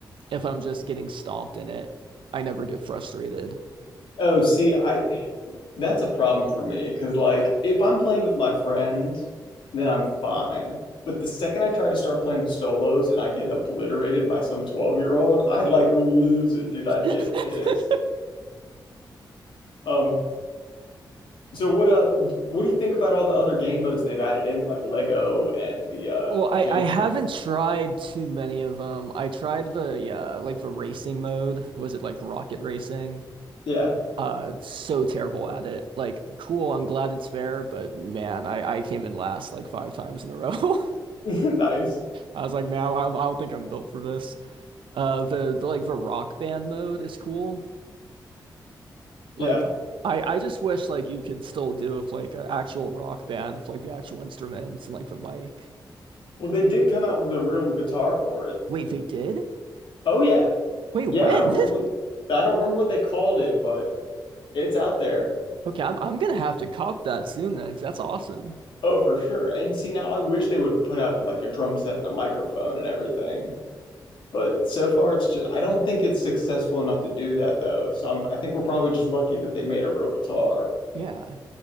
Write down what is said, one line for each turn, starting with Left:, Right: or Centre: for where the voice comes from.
Right: if I'm just getting stomped in it, I never get frustrated.
Left: Oh, see, I That's a problem for me because, like, if I'm playing with my friends, then I'm fine. But the second I try to start playing solos and I get obliterated by some 12-year-old, I like lose it, dude. I'd
Right: <laughs>
Left: get pissed. Um, so what uh what do you think about all the other game modes they've added in, like Lego and the uh
Right: Well, I
Left: jam
Right: I haven't
Left: tracks?
Right: tried too many of them. I tried the yeah, like the racing mode. Was it like rocket racing?
Left: Yeah.
Right: Uh, so terrible at it. Like, cool, I'm glad it's fair, but man, I I came in last like five times in a row. <laughs>
Left: <laughs> Nice.
Right: I was like, now I, I don't think I'm built for this. Uh, the, the like the rock band mode is cool. Like,
Left: Yeah.
Right: I I just wish like you could still do with like an actual rock band with like the actual instruments and like the mic.
Left: Well, they did come out with a real guitar for it.
Right: Wait, they did?
Left: Oh yeah.
Right: Wait, when?
Left: Yeah, I don't remember
Right: <laughs>
Left: what I don't remember what they called it, but it's out there.
Right: Okay, I'm I'm gonna have to cop that soon then, 'cause that's awesome.
Left: Oh, for sure. And see, now I wish they would put out like a drum set and a microphone and everything. But so far, it's just, I don't think it's successful enough to do that though. So I'm, I think we're probably just lucky that they made a real guitar.
Right: Yeah.